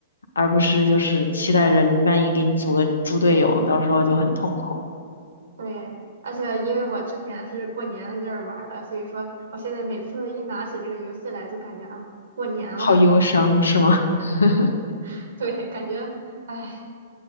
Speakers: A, on the left; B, on the right.
A: 而不是就是期待着你万一给你组个猪队友，到时候就很痛苦，
B: 对，而且因为我之前是过年那阵儿玩儿的，所以说我现在每次一拿起这个游戏来，就感觉啊，过年了。
A: 好忧伤，是吗？<laughs>
B: <laughs> 对，感觉哎，